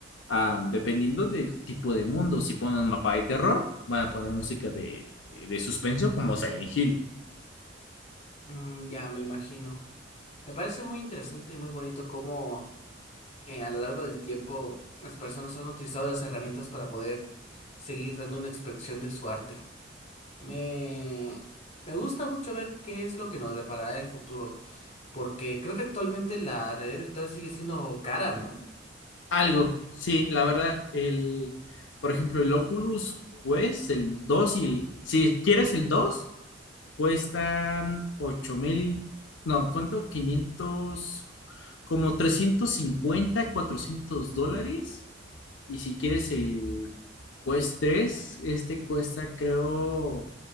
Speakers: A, on the left; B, on the left.
A: um, dependiendo del tipo de mundo, si ponen un mapa de terror, van a poner música de, de suspenso como Silent Hill.
B: Mm, ya me imagino. Me parece muy interesante y muy bonito cómo eh, a lo largo del tiempo las personas han utilizado las herramientas para poder seguir dando una expresión de su arte. Me... Me gusta mucho ver qué es lo que nos deparará el futuro. Porque creo que actualmente la realidad virtual sigue siendo cara, ¿no?
A: Algo, sí, la verdad, el, por ejemplo, el Oculus Quest, el dos y el, si quieres el 2 cuestan ocho mil, no, ¿cuánto? quinientos como 350 400 dólares. Y si quieres el Pues 3, este cuesta creo